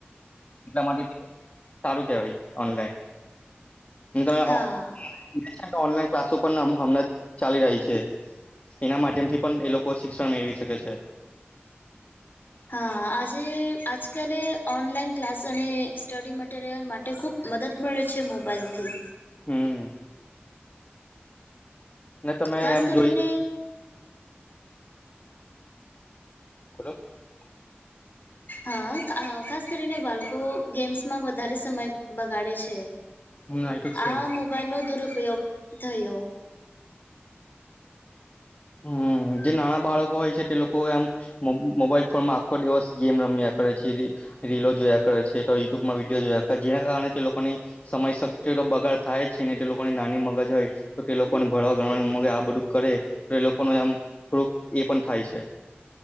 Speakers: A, on the left; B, on the left.
A: એટલા માટે સારું કેવાય ઓનલાઈન. જો તમે
B: હા
A: <inaudible> <inaudible> ઓનલાઈન ક્લાસો પણ હ હમણાં જ ચાલી રહી છે. જેના માધ્યમથી પણ એ લોકો શિક્ષણ મેળવી શકે છે.
B: હા. આજે આજકાલે ઓનલાઈન ક્લાસ અને સ્ટડી મટીરિયલ માટે ખૂબ મદદ મળે છે મોબાઈલથી.
A: હમ્મ. ને તમે
B: ખાસ
A: આમ
B: કરીને
A: જોઈ <unintelligible>
B: હા. આ ખાસ કરીને બાળકો ગેમ્સમાં વધારે સમય બગાડે છે.
A: હમ એ તો છે
B: આ મોબાઈલ નો દુરુપયોગ થયો.
A: હમ્મ, જે નાના બાળકો હોય છે કે એ લોકો આમ મ મોબાઈલ ફોનમાં આખો દિવસ ગેમ રમ્યા કરે છે, એ રી રીલો જોયા કરે છે, અથવા યુટ્યુબમાં વિડીયો જોયા કરે, જેના કારણે તે લોકોની સમય શક્તિ તો બગાડ થાય છે, ને તે લોકોની નાની મગજ હોય તો તે લોકોને ભણવા ગણવાનું <unintelligible> આ બધું કરે તો એ લોકોને આમ થોડુંક એ પણ થાય છે.